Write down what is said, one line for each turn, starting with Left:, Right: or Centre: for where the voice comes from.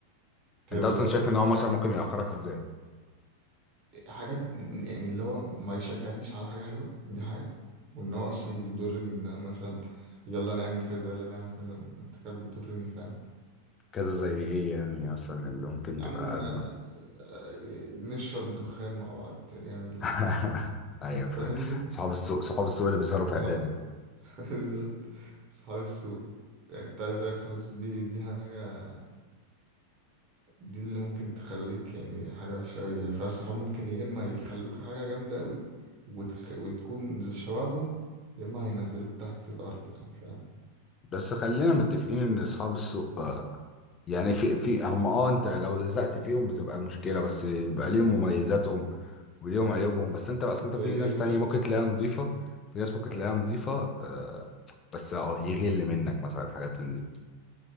Right: انت
Left: أنت أصلا
Right: بتضر
Left: شايف
Right: نفسك.
Left: إن هو مثلا ممكن يأخرك إزاي؟
Right: حاجات يعني اللي هو ما يشجعنيش على حاجة حلوة دي حاجة وان هو اصلا بيضرني ان انا مثلا يلا نعمل كذا يلا نعمل كذا انت كده بتضرني فاهم
Left: كذا زي إيه يعني مثلا اللي ممكن
Right: يا
Left: تبقى
Right: عم آه،
Left: أزمة
Right: آه، نشرب دخان مع بعض نعمل
Left: <laughs> أيوه
Right: فاهمني
Left: فاهم صحاب السوق صحاب السوق اللي بيظهروا
Right: صحاب-
Left: في إعدادي دول
Right: <laughs> بالظبط صحاب السوق يعني كنت عايز اقولك صحاب السوق دي دي حاجة دي اللي ممكن تخليك يعني حاجة وحشة أوي يعني فالصحاب ممكن يا إما يخلوك حاجة جامدة أوي وتخ... وتكون زي شبههم يا إما هينزلوك تحت الأرض يعني فاهم
Left: بس خلينا متفقين ان اصحاب السوق يعني في في هم اه انت لو لزقت فيهم بتبقى مشكلة بس بيبقى ليهم مميزاتهم وليهم عيوبهم بس انت اصلا
Right: زي
Left: انت في
Right: إيه
Left: ناس
Right: طيب؟
Left: تانية ممكن تلاقيها نظيفة في ناس ممكن
Right: آه.
Left: تلاقيها نظيفة آه بس اه يغل منك مثلا حاجات من دي